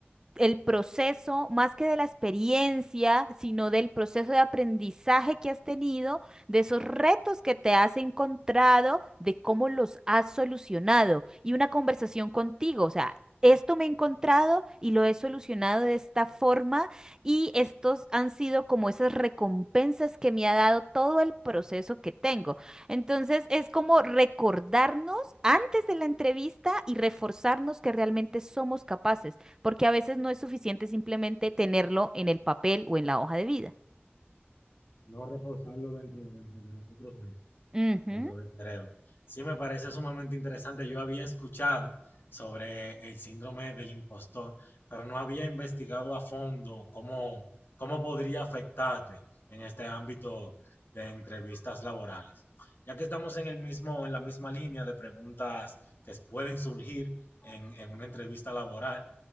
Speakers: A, on the right; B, on the left.
A: el proceso, más que de la experiencia, sino del proceso de aprendizaje que has tenido, de esos retos que te has encontrado, de cómo los has solucionado y una conversación contigo, o sea, esto me he encontrado y lo he solucionado de esta forma y estos han sido como esas recompensas que me ha dado todo el proceso que tengo. Entonces es como recordarnos antes de la entrevista y reforzarnos que realmente somos capaces porque a veces no es suficiente simplemente tenerlo en el papel o en la hoja de vida.
B: no reforzarlo dentro, dentro de nosotros mismos,
A: Ujú,
B: dentro del cerebro. Sí me parece sumamente interesante. Yo había escuchado sobre el síndrome del impostor, pero no había investigado a fondo cómo, cómo podría afectarte en este ámbito de entrevistas laborales. Ya que estamos en, el mismo, en la misma línea de preguntas que pueden surgir en, en una entrevista laboral,